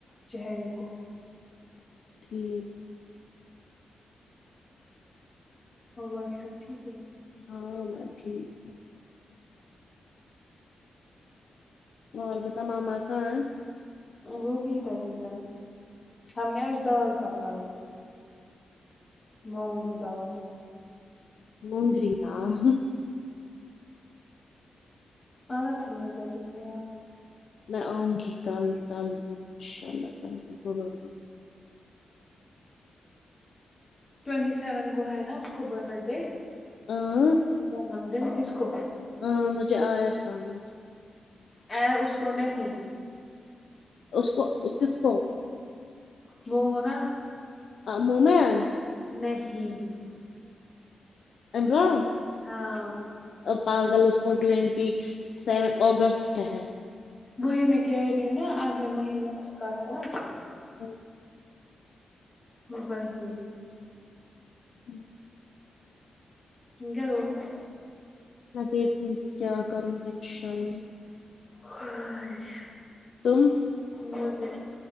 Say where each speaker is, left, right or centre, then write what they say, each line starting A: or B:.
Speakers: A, on the left; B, on the left.
A: چہرے کو
B: ٹھیک
A: اور باکی سب ٹھیک ہے
B: ہاں میں ٹھیک ہوں اور بتا ماما کہا ہے
A: وہ بھی ادھر ہی ہے ہم نے آج دال پکائی مونگ دال
B: مونگری دال
A: آنا تھا نا ظردے میں آپ
B: میں آؤں گی کل کل انشاء اللہ تعالا ضرور
A: ٹوینٹی سیون کو ہے نا اس کو برتھڈے
B: ہاں
A: جنم دن کس کو
B: ہاں مجھے آیا سمجھ
A: اے اس کو نہیں
B: اس کو کس کو
A: وہ ہو نا
B: آ مومین
A: نہیں
B: عمران
A: ہاں آ آ
B: آ پاگل اس کو ٹوینٹی سیون اگسٹ ہے
A: وہی میں کہے رہی ہو نا اگلے مہینے اس کا ہےنا
B: <unintelligible>
A: وہی
B: <inaudible>
A: تم کیا دوگی
B: میں دیکھوں گی کیا کروں گی انشاء اللہ
A: <unintelligible>
B: تم
A: مجھے